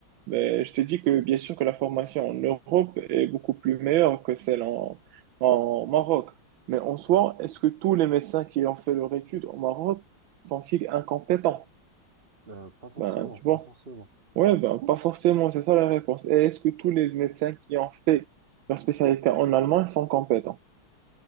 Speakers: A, on the right (about 75°); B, on the right (about 30°).
A: Mais je te dis que, bien sûr, que la formation en Europe est beaucoup plus meilleure que celle en, en Maroc. Mais en soi, est-ce que tous les médecins qui ont fait leur étude au Maroc sont si incompétents?
B: euh, pas forcément,
A: Ben, tu
B: pas
A: vois.
B: forcément.
A: Ouais, ben, pas forcément, c'est ça la réponse. Et est-ce que tous les médecins qui ont fait leur spécialité en allemand sont compétents?